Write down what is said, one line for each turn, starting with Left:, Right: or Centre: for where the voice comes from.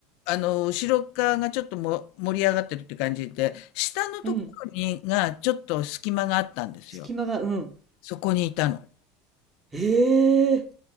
Left: あの、後ろ側がちょっとも盛り上がってるって感じで、下のところに、
Right: うん。
Left: が、ちょっと隙間があったんですよ。
Right: 隙間がうん。
Left: そこにいたの。
Right: ええ、